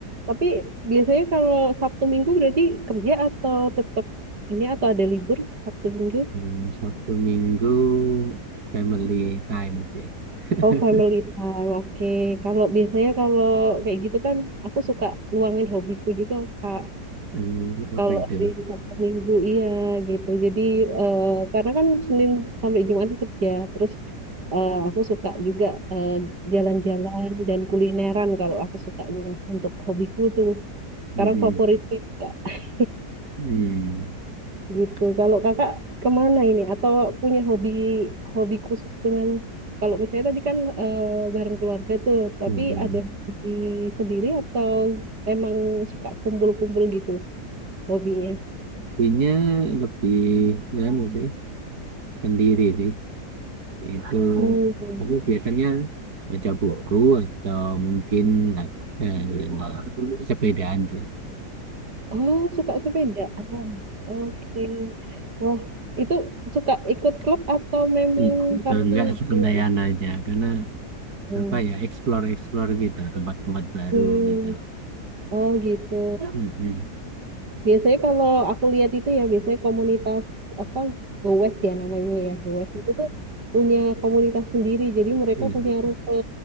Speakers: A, on the right (about 85°); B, on the right (about 65°).
A: tapi biasanya kalau Sabtu Minggu berarti kerja atau tetap ini atau ada libur Sabtu Minggu
B: Hmm, Sabtu Minggu family time sih. <laughs>
A: oh family time oke kalau biasanya kalau kayak gitu kan aku suka luangin hobiku juga Kak
B: Hmm,
A: Kalau
B: apa itu?
A: di Sabtu Minggu iya gitu. Jadi eh, karena kan Senin sampai Jumat itu kerja. Terus eh, aku suka juga eh, jalan-jalan dan kulineran kalau aku sukanya untuk hobiku tuh. Sekarang
B: Mm-mm.
A: favoritku itu Kak. <laughs>
B: Hmm.
A: Gitu. Kalau Kakak kemana ini? Atau punya hobi hobi khusus dengan kalau misalnya tadi kan eh, bareng keluarga tuh, tapi
B: Ya, ya.
A: ada hobi sendiri atau emang suka kumpul-kumpul gitu hobinya?
B: Kopinya lebih nganu sih sendiri sih. Itu
A: Hmm.
B: aku biasanya baca buku atau mungkin eh, sepedaan sih.
A: Oh, suka sepedaan. Bang. Oke. Wah, itu suka ikut klub atau memang
B: Hmm,
A: karena
B: Enggak santaian
A: ini?
B: aja karena
A: Hmm.
B: apa ya explore explore gitu tempat-tempat baru
A: Hmm.
B: gitu.
A: Oh, gitu.
B: Mm-mm.
A: Biasanya kalau aku lihat itu ya biasanya komunitas apa gowes ya namanya ya gowes itu tuh punya komunitas sendiri. Jadi mereka
B: Mm-mm.
A: punya rute